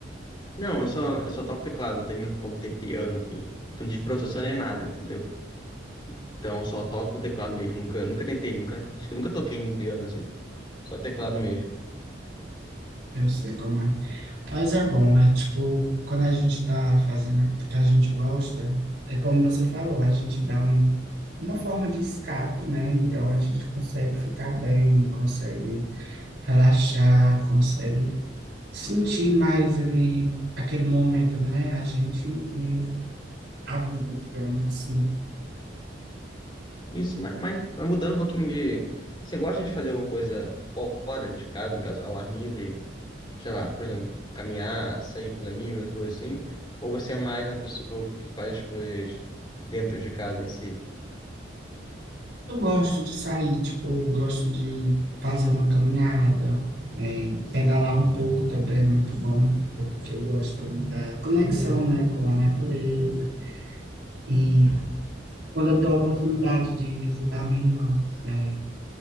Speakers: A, on the left; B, on the right.
A: Não, eu só, eu só toco teclado, não tem como ter piano aqui. Não tive professor nem nada, entendeu? Então eu só toco teclado mesmo, nunca, nunca tentei, nunca, acho que nunca toquei em piano assim, só teclado mesmo.
B: Eu sei como é. Mas é bom, é tipo, quando a gente tá fazendo aquilo que a gente gosta, é como você falou, a gente dá um, uma forma de escape, né? Então a gente consegue ficar bem, consegue relaxar, consegue sentir mais ali aquele momento, né? A gente e a vida, digamos assim.
A: Isso, mas, mas mudando um pouquinho de. Você gosta de fazer alguma coisa fora de casa, no caso, ao ar livre, sei lá, por exemplo, caminhar, sair com os amigos, coisas assim? Ou você é mais uma pessoa que faz as coisas dentro de casa em si?
B: Eu gosto de sair, tipo, eu gosto de fazer uma caminhada, é, pedalar um pouco também é muito bom, porque eu gosto ali da conexão, né, com a natureza. E quando eu tenho a oportunidade de visitar minha irmã, né,